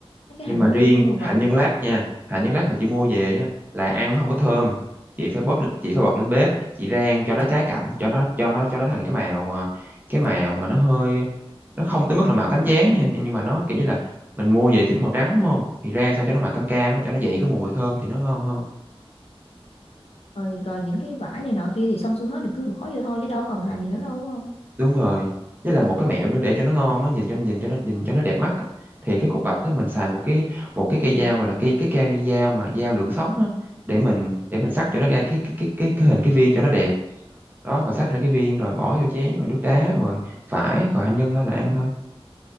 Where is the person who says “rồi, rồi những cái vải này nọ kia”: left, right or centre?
Left